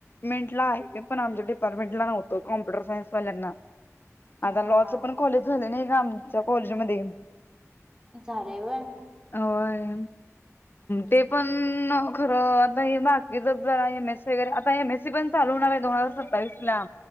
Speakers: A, on the left (about 40°); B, on the right (about 15°).
A: मेंटला आहे पण आमच्या डिपार्टमेंला नव्हतं कॉम्प्युटर सायन्स वाल्यांना
B: हा
A: आता लॉच
B: हा
A: पण कॉलेज झालं नाही का आमच्या कॉलेजमध्ये
B: झालय होय
A: होय
B: हम्म
A: ते
B: हम्म
A: पण खरं. हे बाकीच जरा एम ए सी वगैरे आता एम ए सी पण चालू होणार आहे दोन हजार सत्तावीस ला.